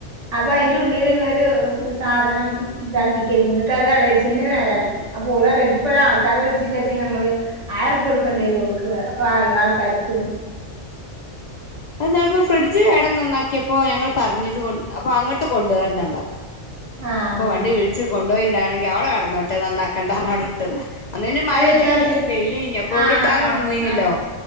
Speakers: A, on the right (about 80°); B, on the left (about 65°).
A: അപ്പൊ അയ്ന്റെ ഉള്ളിലുള്ളൊരു സാധനം ഇതാക്കിക്കേര്ന്നു ങ്ങട്ട് അത് എളയിച്ചെന്നെ നേരാക്കി. അപ്പോള റ്യാ ഇത്പ്പോരാൾക്കാരെ വിളിച്ച്ക്കേചെ ഞമ്മള് ആയിരുപ്യൊട്ക്കേണ്ട്യരും ഓൾക്ക് ആൾ ആൾക്കാ <unintelligible>
B: അത് ന്നാളിപ്പോ ഫ്രിഡ്ജ് കേടന്നന്നാക്ക്യപ്പോ ഞങ്ങൾ പർഞ്ഞത് കൊൺ അപ്പൊ അങ്ങട്ട് കൊണ്ടോരണം പർഞ്ഞ്.
A: ആഹ്
B: ഇപ്പൊ വണ്ടി വിളിച്ച് കൊണ്ട് പോയിട്ടാണെങ്കിൽ അവടെ കെടന്നോട്ടേ നന്നാക്കേണ്ട പറഞ്ഞിട്ട് ഇട്ടതാ അന്ന് പിന്നെ മയല്ലേനി
A: അല്ല ചെല
B: വെയ്ലേനി അപ്പൊ
A: ആഹ്
B: യൗടെ ട്ടാലും ഒണങ്ങേന്യെല്ലോ.
A: ആഹ്